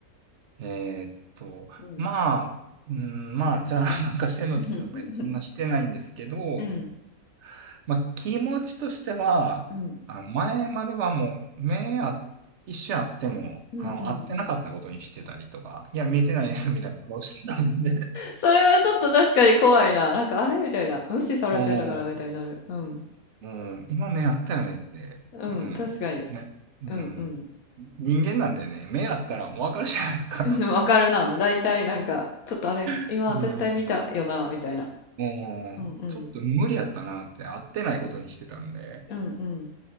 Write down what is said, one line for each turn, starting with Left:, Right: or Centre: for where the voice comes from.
Right: えーっと、
Left: うん。
Right: まあ、うん、まあ、じゃあなんかしてんのって言ったら別にそんなしてないんですけど、
Left: <laughs> うん。
Right: まあ、気持ちとしては、
Left: うん。
Right: あの前まではもう、目あ、一瞬あっても、
Left: うんうんうん。
Right: あの、会ってなかったことにしてたりとか、いや、見えてないですみたいな顔してたんで、
Left: それはちょっと確かに怖いな。なんか、あれみたいな。無視されてるのかなみたいになる。
Right: <laughs>
Left: うん。
Right: うん、うん今目あったよねって、
Left: うん、
Right: うん、
Left: 確かに。
Right: ね、うん。
Left: うんうん。
Right: 人間なんでね、目あったらわかるじゃないですか。
Left: <laughs> うんわかるな。だいたいなんか、ちょっとあれ、今絶対見たよな、
Right: <laughs> うん。
Left: みたいな。
Right: もう、
Left: うんうん。
Right: ちょっと無理やったなって、会ってないことにしてたんで、
Left: うんうん。